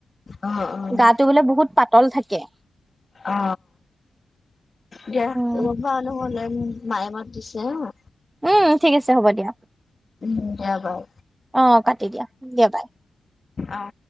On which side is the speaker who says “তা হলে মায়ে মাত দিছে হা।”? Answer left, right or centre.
Left